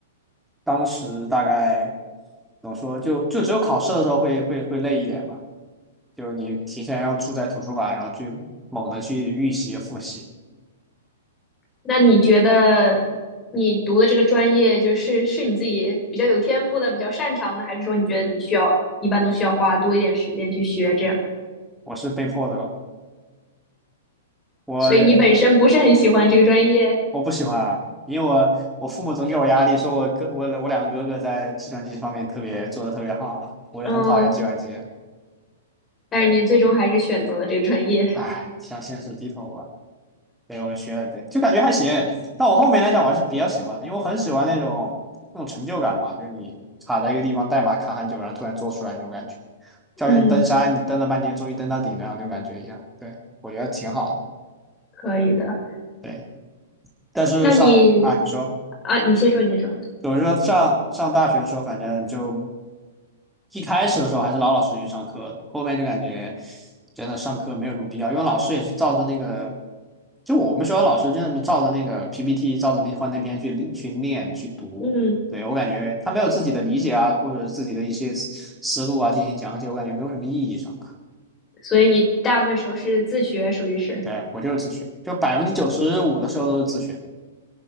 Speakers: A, in the centre; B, on the left.
A: 当时大概怎么说，就就只有考试的时候会会会累一点吧，就是你提前要住在图书馆，然后去猛的去预习复习，
B: 那你觉得你读的这个专业，就是是你自己比较有天赋的、比较擅长的，还是说你觉得你需要一般都需要花多一点时间去学这样？
A: 我是被迫的吧，我
B: 所以你本身不是很喜欢这个专业，
A: 我不喜欢啊，因为我我父母总给我压力，说我哥我我两个哥哥在计算机方面特别做的特别好，我也很讨厌计算机，
B: 嗯，但是你最终还是选择了这个专业，
A: 对，唉，向现实低头吧。对，我们学了，对，就感觉还行。但我后面来讲，我还是比较喜欢的，因为我很喜欢那种那种成就感吧，就是你卡在一个地方，代码卡很久，然后突然做出来那种感觉，就好像你登山，
B: <laughs> 嗯，
A: 你登了半天，终于登到顶了那种感觉一样。对，我觉得挺好的。
B: 可以的。
A: 对，但是上啊，
B: 那你
A: 你说。
B: 啊，你先说，你先说，
A: 我是说上上大学的时候，反正就一开始的时候还是老老实实去上课的，后面就感觉真的上课没有什么必要，因为老师也是照着那个，就我们学校老师真的是照着那个 PPT，照着那幻灯片去理去念去读。
B: 嗯，
A: 对，我感觉他没有自己的理解啊，或者自己的一些思思路啊进行讲解，我感觉没有什么意义。上课，
B: 所以你大部分时候是自学，属于是。
A: 对，我就是自学，就百分之九十五的时候都是自学。